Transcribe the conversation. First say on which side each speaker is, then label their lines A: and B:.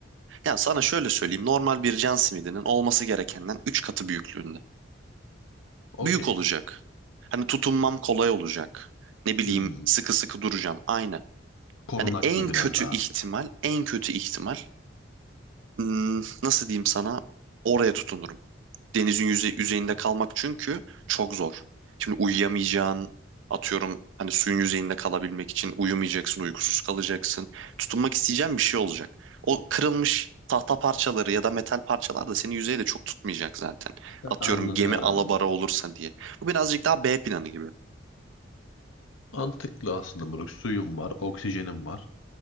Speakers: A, on the right; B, on the left.
A: Ya sana şöyle söyleyeyim. Normal bir can simidinin olması gerekenden 3 katı büyüklüğünde.
B: Okey.
A: Büyük olacak. Hani tutunmam kolay olacak. Ne bileyim
B: Hmm,
A: sıkı sıkı duracağım. Aynı.
B: korunaklı
A: Hani en
B: biraz
A: kötü
B: daha.
A: ihtimal, en kötü ihtimal hmm, nasıl diyeyim sana oraya tutunurum denizin yüze, yüzeyinde kalmak çünkü çok zor. Şimdi uyuyamayacağın atıyorum hani suyun yüzeyinde kalabilmek için uyumayacaksın, uykusuz kalacaksın. Tutunmak isteyeceğin bir şey olacak. O kırılmış tahta parçaları ya da metal parçalar da seni yüzeyde çok tutmayacak zaten. Atıyorum
B: Anladım.
A: gemi alabora olursa diye. Bu birazcık daha B planı gibi.
B: Mantıklı aslında moruk. Suyun var, oksijenin var.